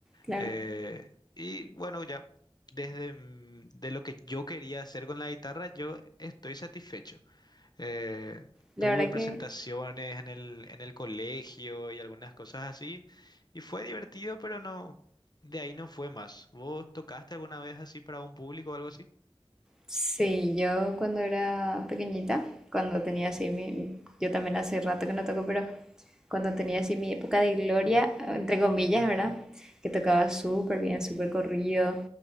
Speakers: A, in the centre; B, on the left.
A: claro.
B: Eh, y bueno, ya desde mm, de lo que yo quería hacer con la guitarra, yo estoy satisfecho. Eh,
A: La
B: tuve
A: verdad
B: presentaciones
A: que
B: en el, en el colegio y algunas cosas así, y fue divertido, pero no, de ahí no fue más. ¿Vos tocaste alguna vez así para un público o algo así?
A: sí, yo cuando era pequeñita, cuando tenía así mi... Yo también hace rato que no toco, pero cuando tenía así mi época de gloria, entre comillas, ¿verdad? Que tocaba súper bien, súper corrido.